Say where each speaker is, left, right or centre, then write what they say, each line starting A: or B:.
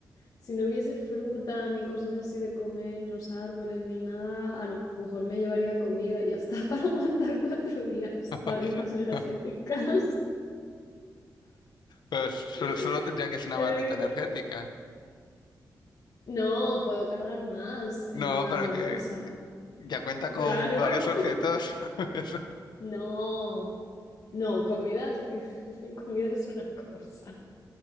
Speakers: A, on the left (about 55°); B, on the left (about 80°).
A: si no hubiese fruta ni cosas así de comer en los árboles ni nada, a lo mejor me llevaría comida y ya está <laughs> para aguantar cuatro días.
B: <laughs>
A: Barritas energéticas.
B: Pero s-
A: <laughs>
B: solo,
A: Es
B: solo tendría que ser una
A: lo
B: barrita energética.
A: que- No, puedo cargar más
B: No,
A: en una
B: pero es que
A: bolsa.
B: ya cuenta
A: Claro.
B: con varios objetos. <laughs> Eso-
A: No, no, comidas, <laughs> comida es una cosa.